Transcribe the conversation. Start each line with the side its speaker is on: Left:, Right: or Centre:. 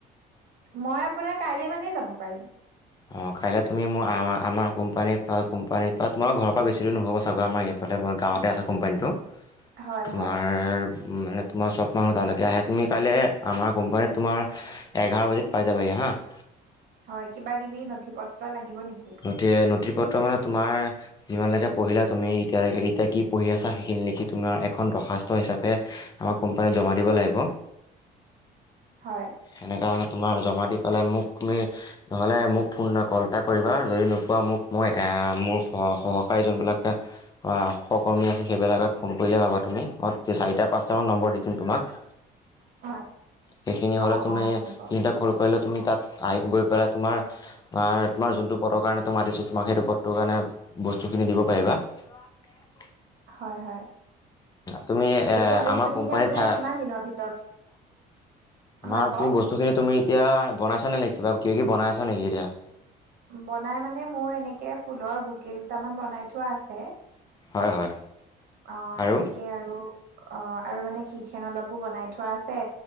Right: মই আপোনাৰ কাইলে মানেই যাব পাৰিম।
Left: অ কাইলৈ তুমি ম আমাৰ কোম্পানীৰ পৰা কোম্পানীত পৰা তোমাৰ ঘৰৰ পৰা বেছি দুৰ নহবগৈ আমাৰ ইয়াৰ ফালে তোমাৰ গাঁৱতে আছে কোম্পানীটো।
Right: হয়
Left: তোমাৰ
Right: হয়।
Left: মানে তোমাৰ চব মানুহ তালৈকে আহে তুমি কাইলৈ আমাৰ কোম্পানীত তোমাৰ এঘাৰ বজাত পাই যাবা হি হাঁ। <inaudible>
Right: হয় কিবা কিবি নথি পত্ৰ লাগিব। নেকি?
Left: নি নথি পত্ৰ মানে তোমাৰ যিমান লৈকে পঢ়িলা তুমি এতিয়ালৈকে এতিয়া কি পঢ়ি আছা সেইখিনি লিখি তুমাৰ এখন দৰ্খাস্ত হিচাপে আমাৰ কোম্পানীত জমা দিব লাগিব।
Right: হয়।
Left: হেনেকাহলে তোমাৰ জমা দি পেলাই মোক তুমি নহ'লে মোক ফোন কল এটা কৰিবা যদি নোপোৱা বা মোক মই মোৰ সহকাৰী যোনবিলাক। সহকৰ্মী আছে সেইবিলাকক ফোন কৰিলে পাবা তুমি মই চাৰিটা পাঁচটামান নম্বৰ দি দিম তোমাক।
Right: হয়
Left: সেইখিনি হ'লে
Right: অ
Left: তুমি
Right: অ হ'ব
Left: সিহঁতক কল কৰিলে তুমি তাত আহি গৈ পেলাই তোমাৰ। তোমাৰ যোনটো পথৰ কাৰণে তোমাৰ মাতিছো তোমাক সেইটো পথটোৰ কাৰণে বস্তুখিনি দিব পাৰিবা। <unintelligible> <inaudible>
Right: হয় হয়
Left: তুমি
Right: এতিয়া বস্তুখিনি
Left: আমাৰ কোম্পানী
Right: আপোনাৰ
Left: থা
Right: কিমান
Left: আমাৰ
Right: দিনৰ ভিতৰত হয় কওক।
Left: তুমি বস্তুখিনি তুমি এতিয়া বনাইছানে নে ক বা কিবা কিবি বনাই আছা নেকি এতিয়া।
Right: বনাই মানে মোৰ এনেকে ফুলৰ বোকে দুটামান বনাই থোৱা আছে।
Left: হয় হয়।
Right: অ
Left: আৰু?
Right: এনেকে আৰু অ আৰু মানে কিটচেন অলপো বনাই থোৱা আছে।